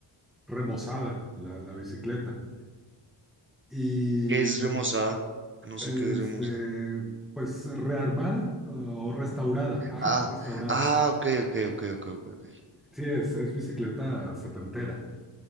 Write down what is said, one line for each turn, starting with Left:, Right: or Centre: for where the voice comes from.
Centre: remozada la, la bicicleta. Y
Right: ¿Qué es remozada? No
Centre: este,
Right: sé qué es remozada.
Centre: pues rearmada uh, o restaurada. <laughs> Ajá,
Right: Ah,
Centre: restaurada.
Right: ah, ok, ok, ok, ok, ok. ok.
Centre: Sí, es, es bicicleta setentera.